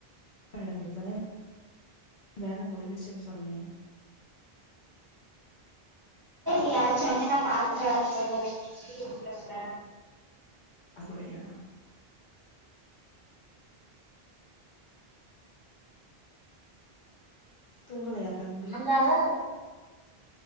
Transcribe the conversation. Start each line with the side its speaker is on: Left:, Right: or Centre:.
Left: மேடம் இப்ப தா வேல முடிஞ்சிருச்சுன் சொன்னீங்க
Right: <unintelligible> பாத்தர <unintelligible> வீடு கூட்ற வேல
Left: அப்படியா தூங்கலையா தம்பி
Right: வந்ததா